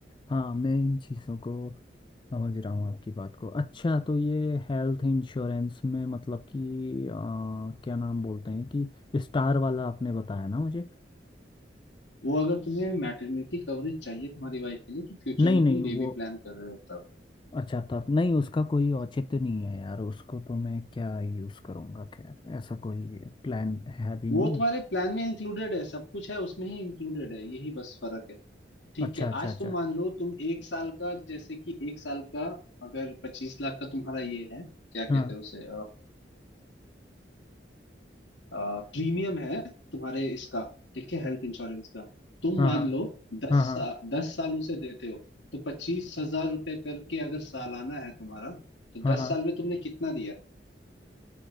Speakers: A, on the left; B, on the left.
A: हाँ मैं इन चीज़ों को समझ रहा हूँ आपकी बात को अच्छा तो ये हेल्थ इंश्योरेंस में मतलब कि अ, क्या नाम बोलते हैं कि स्टार वाला आपने बताया ना मुझे
B: वो अगर तुम्हें मैटरनिटी कवरेज चाहिए तुम्हारी वाइफ के लिए कि फ्यूचर
A: नहीं
B: में
A: नहीं
B: तुम बेबी
A: वो
B: प्लान कर रहे हो तब
A: अच्छा था नहीं उसका कोई औचित्य नहीं है यार उसको तो मैं क्या यूज़ करूँगा खैर ऐसा कोई प्लान है भी नहीं
B: वो तुम्हारे प्लान में इंक्लूडेड है सब कुछ है उसमें ही इंक्लूडेड है यही बस फर्क है ठीक
A: अच्छा
B: है
A: अच्छा
B: आज
A: अच्छा
B: तुम मान लो तुम एक साल का जैसे कि एक साल का अगर पच्चीस लाख का तुम्हारा ये है क्या कहते
A: हाँ
B: हैं उसे प्रीमियम है तुम्हारे इसका ठीक है हेल्थ इंश्योरेंस का तुम
A: हाँ
B: मान
A: हाँ
B: लो दस
A: हाँ हाँ
B: सा, दस साल उसे देते हो तो पच्चीस हजार रुपये करके अगर सालाना है तुम्हारा तो
A: हाँ
B: दस
A: हाँ
B: साल में तुमने कितना दिया